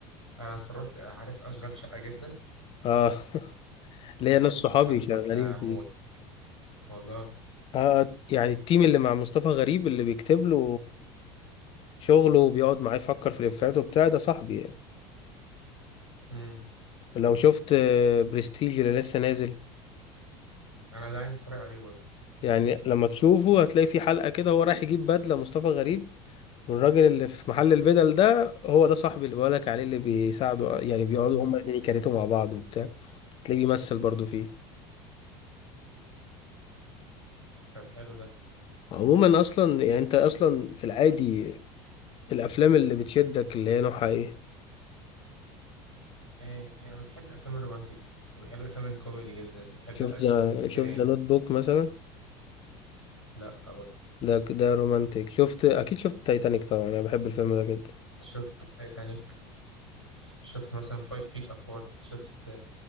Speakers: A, on the right; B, on the left.
A: انا اتفرجت عارف اشغال شقة جدا
B: آه. <laughs> ليا
A: المسلسل
B: ناس صحابي شغالين
A: ده
B: فيه
A: موت والله
B: آه يعني التيم اللي مع مصطفى غريب اللي بيكتب له شغله وبيقعد معاه يفكر في الإفيهات وبتاع ده صاحبي يعني
A: امم
B: لو شفت آه، برستيج اللي لسه نازل
A: انا ده عايز اتفرج عليه برضه
B: يعني لما تشوفه هتلاقي في حلقة كده هو رايح يجيب بدلة مصطفى غريب والراجل اللي في محل البدل ده هو ده صاحبي اللي بقولك عليه اللي بيساعده يعني
A: امم
B: بيقعدوا هما الاتنين يكاريتوا مع بعض وبتاع تلاقيه بيمثل برضو فيه
A: طب حلو ده
B: عموما اصلا يعني انت اصلا في العادي الافلام اللي بتشدك اللي هي نوعها ايه
A: إيه انا بحب الافلام الرومانتيك وبحب الافلام الكوميدي جدا بحب
B: شفت
A: الاكشن
B: ذا شفت
A: كده يعني
B: ذا نوت بوك مثلا
A: لا برضه
B: ده ده رومانتيك شفت اكيد شفت تايتانيك طبعا انا بحب الفيلم ده جدا
A: شفت تايتانيك شفت مثلا فايف فيت ابارت شفت